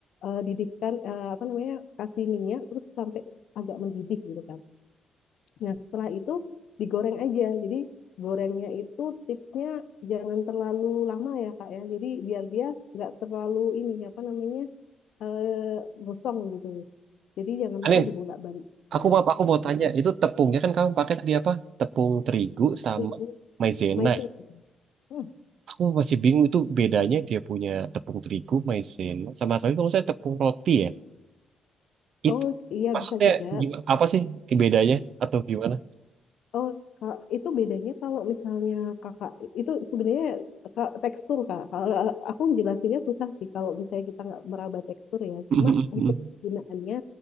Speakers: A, on the left (about 70°); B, on the right (about 65°).
A: eh, didihkan eh, apa namanya kasih minyak terus sampai agak mendidih gitu kak. Nah, setelah itu digoreng aja. Jadi gorengnya itu tipsnya jangan terlalu lama ya, Kak ya. Jadi biar dia nggak terlalu ini apa namanya eh gosong gitu. Jadi jangan lupa
B: Anin,
A: dibolak-balik.
B: aku
A: Ya,
B: maaf, aku mau tanya.
A: kita
B: Itu tepungnya kan kamu pakai tadi apa? Tepung terigu sama
A: terigu
B: maizena.
A: maizena. Hmm,
B: Aku masih bingung itu bedanya dia punya tepung terigu, maizena, sama tadi kalau saya tepung roti ya. Itu
A: Oh iya
B: maksudnya
A: bisa juga.
B: gimana, apa sih bedanya atau gimana? <laughs>
A: Oh, Kak, itu bedanya kalau misalnya kakak itu sebenarnya Kak, tekstur kak. Kalau aku jelasinnya susah sih kalau misalnya kita nggak meraba tekstur ya.
B: Hmm,
A: Cuma
B: hmm, hmm,
A: untuk
B: hmm.
A: penggunaannya